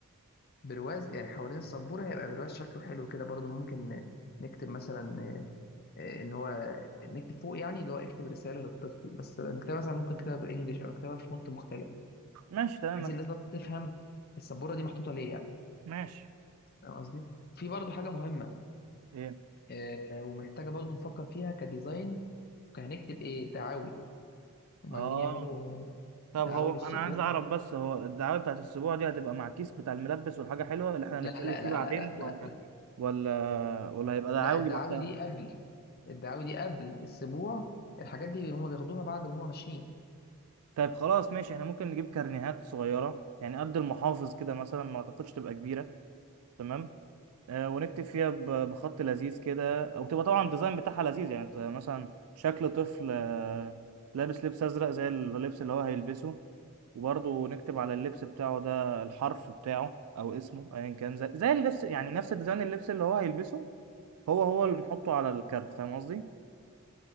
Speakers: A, on the left; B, on the right.
A: برواز يعني حوالين السبورة هيبقى برواز شكله حلو كده برضو ممكن ن- نكتب مثلا آه، آه، ان هو نكتب فوق يعني اللي هو اكتب رسالة للطفل بس نكتبها مثلا ممكن نكتبها بالانجلش او نكتبها في فونت مختلف
B: ماشي تمام
A: بحيث
B: مفيش
A: الناس برضه تفهم السبورة دي محطوطة ليه يعني
B: ماشي
A: فاهم قصدي؟ وفي برضه حاجة مهمة
B: ايه
A: آه، ومحتاجة برضه نفكر فيها كديزاين هنكتب ايه دعاوي هم
B: اه
A: عايزين يعملوا
B: طب
A: دعاوي
B: هو
A: للسبورة
B: انا عايز اعرف بس هو الدعايه بتاعت الاسبوع دي هتبقى مع الكيس بتاع الملبس والحاجه حلوه اللي احنا
A: لا
B: هنتكلم
A: لا
B: فيه
A: لا
B: بعدين
A: لا
B: ولا
A: لا لا
B: ولا ولا هيبقى دعاوي
A: لا الدعاوي
B: لوحدها
A: دي قبل الدعاوي دي قبل السبوع الحاجات دي هما بياخدوها بعد وهما ماشيين
B: طيب خلاص ماشي احنا ممكن نجيب كارنيهات صغيرة يعني قد المحافظ كده مثلا ما اعتقدش تبقى كبيرة تمام آه ونكتب فيها ب- بخط لذيذ كده او تبقى طبعا الديزاين بتاعها لذيذ يعني ت- مثلا شكل طفل آه لابس لبس ازرق زي اللبس اللي هو هيلبسه وبرضه نكتب على اللبس بتاعه ده الحرف بتاعه او اسمه ايا كان زي, زي اللبس يعني نفس ديزاين اللبس اللي هو هيلبسه هو هو اللي نحطه على الكارت فاهم قصدي